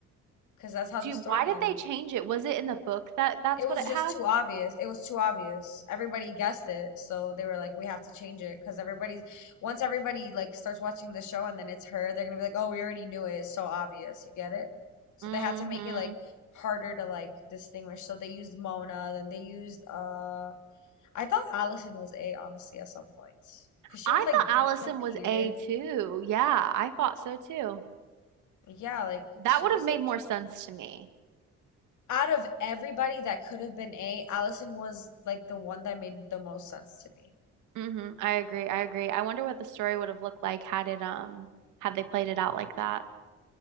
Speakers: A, on the left; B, on the right.
A: because that's how the
B: Do
A: storyline
B: you, why did they
A: was.
B: change it? Was it in the book that that's
A: It
B: what
A: was
B: it
A: just
B: had?
A: too obvious. It was too obvious. Everybody guessed it, so they were like, "We have to change it," because everybody's once everybody like starts watching the show and then it's her, they're gonna be like, "Oh, we already knew it. It's so obvious." You get it? So
B: Mm-hmm.
A: they had to make it like harder to like distinguish. So they used Mona, then they used uh, I thought Allison was A honestly at some points, because she
B: I
A: would like
B: thought Allison
A: disappear.
B: was A two. Yeah, I thought so too.
A: Yeah, like
B: That
A: she
B: would
A: was
B: have made
A: like
B: more sense to me.
A: out of everybody that could have been A, Allison was like the one that made the most sense to me.
B: hmm I agree. I agree. I wonder what the story would have looked like had it um had they played it out like that.